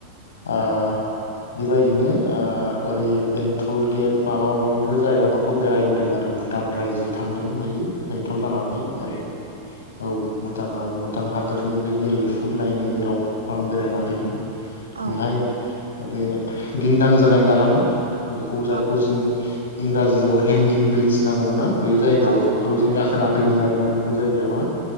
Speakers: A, on the left (about 65°); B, on the right (about 75°).
A: आ बेबायदिनो ओ ओरै बेंटल गेट माबा माबि बेफोर जायगाफोरखौ बेरायबोदों आरो। भुटान रायजो थांदों ओरै बेंटल जानानै ओरै। औ भुटानाव भुटान हादोरनि बे गेलेफु होननाय नोगोराव आं बेरायना फैदों।
B: औ
A: बेहाय बे दिनदां जानाय दालां। बेखौ जायखौ
B: औ
A: जों इंराजियाव हेंगिं ब्रिदज होनना बुङो ना। बे जायगायावखौ
B: औ
A: जों गाखोना फैदों आरोना बेफोर जायगायावहा